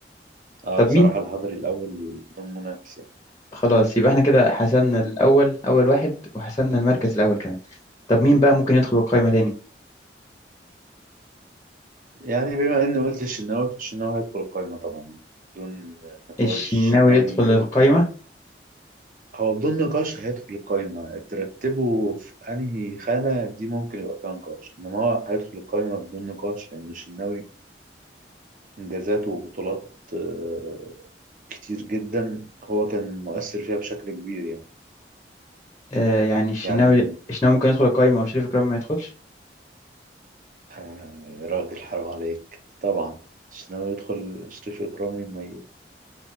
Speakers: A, on the right (about 45°); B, on the left (about 20°).
A: اه
B: طب
A: بصراحة
B: مين
A: الحضري الأول بدون منافس يعني
B: خلاص يبقى احنا كده حسمنا الاول اول واحد وحسمنا المركز الاول كمان طب مين بقى ممكن يدخل القايمة تاني
A: يعني بما إني قلت الشناوي الشناوي هيدخل القايمة طبعا يعني، بدون نقاش
B: الشناوي
A: الشناوي
B: يدخل القايمة
A: هو بدون نقاش هيدخل القايمة ترتبه في أنهي خانة دي ممكن يبقى فيها نقاش إنما هو هيدخل القايمة بدون نقاش لأن الشناوي إنجازاته وبطولات آه، كتير جدا هو كان مؤثر فيها بشكل كبير يعني
B: آه يعني الشناوي
A: يعني
B: الشناوي ممكن يدخل القايمة وشريف إكرامي ما يدخلش
A: آه، يا راجل حرام عليك طبعا الشناوي يدخل شريف إكرامي ما